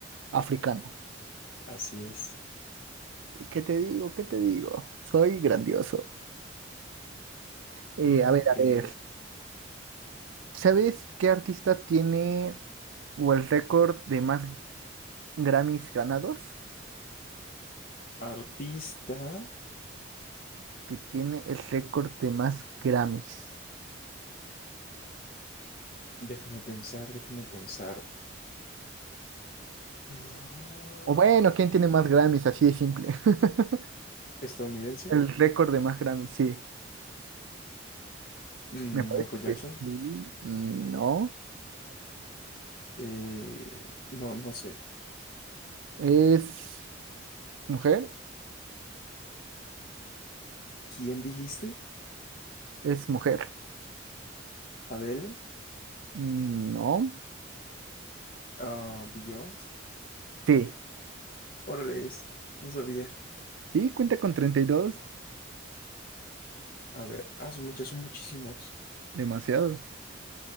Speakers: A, on the right; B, on the left.
A: africano.
B: Así es.
A: ¿Qué te digo? ¿Qué te digo? Soy grandioso. Eh,
B: No
A: a ver,
B: creo.
A: a ver. ¿Sabes qué artista tiene o el récord de más Grammys ganados?
B: Artista.
A: Que tiene el récord de más Grammys.
B: Déjame pensar, déjame pensar. Ah,
A: O bueno, ¿quién tiene más Grammys? Así de simple. <laughs>
B: ¿Estadounidense?
A: El récord de más Grammys, sí.
B: Mm,
A: Me parece
B: Michael Jackson.
A: que sí. Mm, No.
B: Eh, no, no sé.
A: ¿Es mujer?
B: ¿Quién dijiste?
A: Es mujer.
B: ¿Adele?
A: Mm, No.
B: Ah, Beyoncé.
A: Sí.
B: Órale, es. No sabía.
A: Sí, cuenta con 32.
B: A ver, ah, su mecha, son muchísimos.
A: Demasiados.